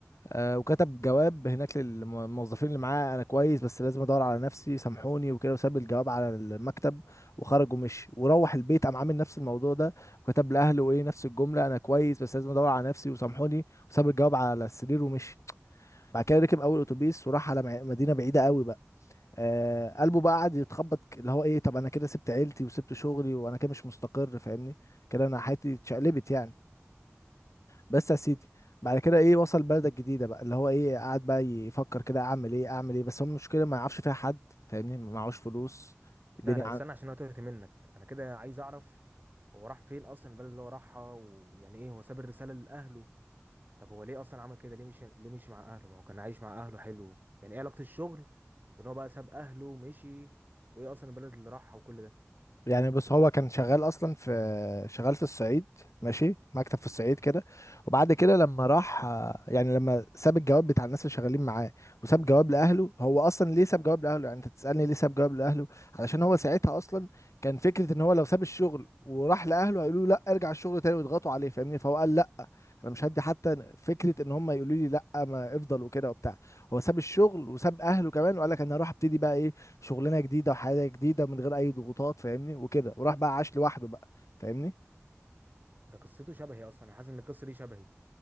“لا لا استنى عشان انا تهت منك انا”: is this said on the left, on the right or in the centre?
Right